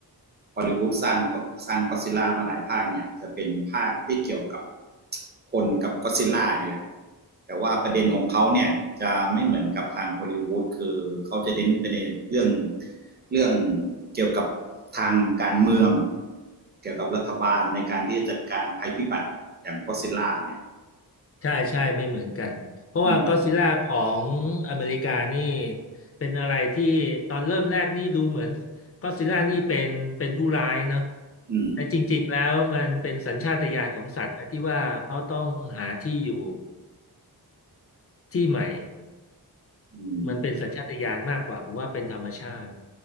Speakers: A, on the right (about 25°); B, on the left (about 40°).
A: ฮอลลีวูดสร้างสร้างก็อดซิลล่ามาหลายภาคเนี่ยจะเป็นภาคที่เกี่ยวกับคนกับก็อดซิลล่านี่แหละแต่ว่าประเด็นของเขาเนี่ยจะไม่เหมือนกับทางฮอลลีวูดคือเขาจะเน้นประเด็นเรื่องเรื่องเกี่ยวกับทางการเมืองเกี่ยวกับรัฐบาลในการที่จะจัดการภัยพิบัติอย่างก็อดซิลล่าเนี่ย
B: ใช่ใช่ไม่เหมือนกันเพราะว่าก็
A: อืม
B: d z ซิล่าของอเมริกานี่เป็นอะไรที่ตอนเริ่มแรกนี่ดูเหมือนก็ d z ซิล่านี่เป็นเป็นผู้ร้ายเนอะ
A: อืม
B: แต่จริงๆแล้วมันเป็นสัญชาตญาณของสัตว์นะที่ว่าเขาต้องหาที่อยู่ที่ใหม่
A: อืม
B: มันเป็นสัญชาตญาณมากกว่าผมว่าเป็นธรรมชาติ